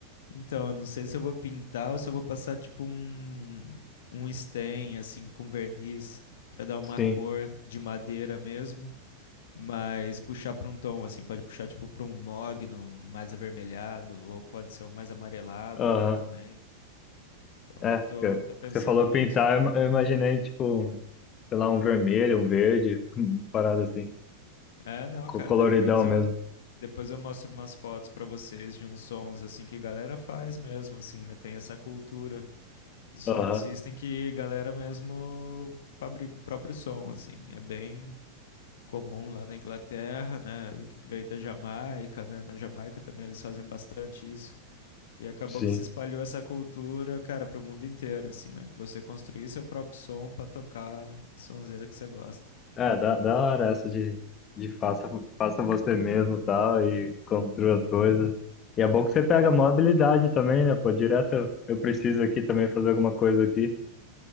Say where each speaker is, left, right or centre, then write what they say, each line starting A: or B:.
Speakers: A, on the left; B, on the left.
A: Então, eu não sei se eu vou pintar ou se eu vou passar, tipo, um, um stain, assim, com verniz, pra dar uma
B: Sim.
A: cor de madeira mesmo. Mas puxar pra um tom, assim, pode puxar, tipo, pra um mogno mais avermelhado, ou pode ser um mais amarelado,
B: Aham.
A: né, também. Então
B: É,
A: eu tô,
B: que-
A: tô pensando
B: você falou
A: nisso.
B: pintar, eu ima- eu imaginei, tipo, um, sei lá, um vermelho, um verde, <laughs> parada assim,
A: É, não,
B: co-
A: cara,
B: coloridão
A: depois eu,
B: mesmo.
A: depois eu mostro umas fotos pra vocês de uns sons assim que galera faz mesmo, assim, né? Tem essa cultura de sound
B: Aham.
A: system que galera mesmo fabrica o próprio som, assim. É bem comum lá na Inglaterra, né? Que veio da Jamaica, né? Na Jamaica também eles fazem bastante isso. E acabou
B: Sim.
A: que se espalhou essa cultura, cara, pro mundo inteiro, assim, ó, de você construir seu próprio som pra tocar a sonzeira que você gosta.
B: É, da, da hora essa de, de faça, faça você mesmo e tal, e construa as coisas. E é bom que você pega
A: É,
B: maior habilidade também, né? Pô, direto eu eu preciso aqui também fazer alguma coisa aqui.